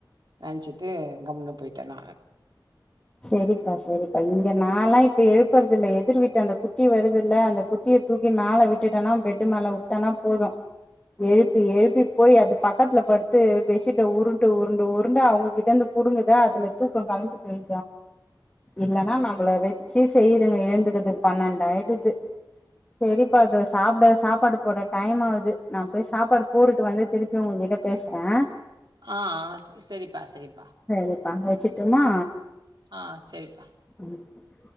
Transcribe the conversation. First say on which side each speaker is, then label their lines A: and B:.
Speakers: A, on the right; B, on the left.
A: நெனச்சிட்டு கம்முனு போயிட்ட நானு
B: சேரிப்பா சேரிப்பா இங்க நாலாம் இப்ப எழுப்புறது இல்ல எதிர் வீட்டு அந்த குட்டி வருதுல்ல அந்த குட்டி குட்டிய தூக்கி மேல விட்டுட்டனா பெட்டு மேல வுட்டனா போதும் எழுப்பி எழுப்பி போய் அது பக்கத்துல படுத்து பெட்ஷீட்ட உருட்டு உருண்டு உருண்டு அவுங்ககிட்ட இருந்து புடுங்குதா அதுல தூக்கம் களஞ்சி போயி இல்லன்னா நம்மள வெச்சு செய்துங்க எழுந்துக்கதுக்கு பன்னென்டாயிடுது சேரிப்பா அது சாப்ட சாப்பாடு போட டைம் ஆகுது நா போய் சாப்பாடு போட்டுட்டு வந்து திருப்பி உங்ககிட்ட பேசுற
A: ஆ ஆ சேரிப்பா சேரிப்பா
B: செரிப்பா வச்சுட்டுமா
A: ஆ சேரிப்பா
B: ம்